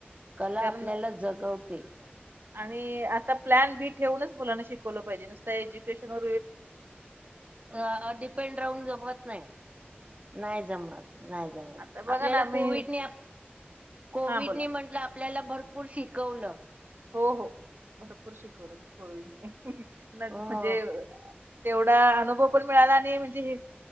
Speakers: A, on the right; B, on the right.
A: कला
B: कारण
A: आपल्याला जगवते.
B: आणि आता प्लॅन बी ठेवूनच मुलांना शिकवलं पाहिजे. नुसता एज्युकेशन व
A: अ डिपेंड राहून जमत नाही. नाही जमत नाही जमत
B: आता बघा
A: आपल्याला
B: ना मी
A: कोविडने कोविडनी
B: हा बोला
A: म्हटलं, आपल्याला भरपूर शिकवलं.
B: हो हो भरपूर शिकवल कोविडने नग
A: म
B: म्हणजे तेवढा अनुभव पण मिळाला आणि म्हणजे हे